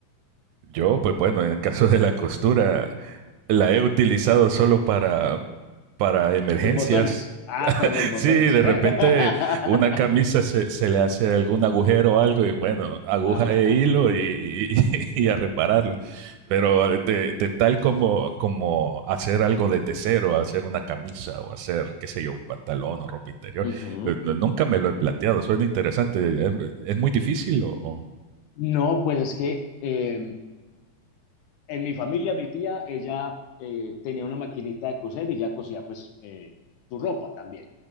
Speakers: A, on the right; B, on the left.
A: Yo, pues bueno, en el caso de la costura, la he utilizado solo para, para emergencias.
B: Los botones. Ah, para los
A: <laughs>
B: botones.
A: Sí, de repente
B: <laughs>
A: una camisa se, se le hace algún agujero o algo y bueno, aguja
B: Ajá.
A: e hilo y, y- <laughs> y a repararlo. Pero de, de tal como, como hacer algo desde cero, hacer una camisa o hacer, qué sé yo, un pantalón o ropa interior,
B: Ujú.
A: eh, no- nunca me lo he planteado. Suena interesante. ¿Es, es muy difícil o...? o-
B: No, pues es que eh, en mi familia, mi tía, ella eh, tenía una maquinita de coser y ella cosía pues eh, su ropa también.